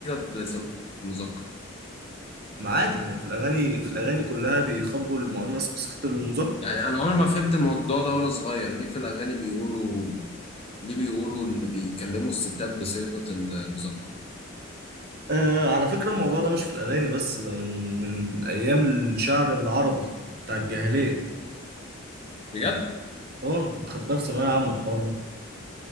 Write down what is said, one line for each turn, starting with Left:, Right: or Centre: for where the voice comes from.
Left: باسم المذكر
Right: ما عادي ما هم في الاغاني في الاغاني كلها بيخبوا المؤنث بصيغه المذكر
Left: يعني انا عمري ما فهمت الموضوع ده وانا صغير ليه في الاغاني بيقولوا ليه بيقولوا اللي بيكلموا الستات بصيغه المذكر
Right: آه على فكره الموضوع ده مش في الاغاني بس ده من من ايام الشعر العربي بتاع الجاهليه
Left: بجد
Right: اه أنا كنت خدتها في ثانويه عامه الحوار ده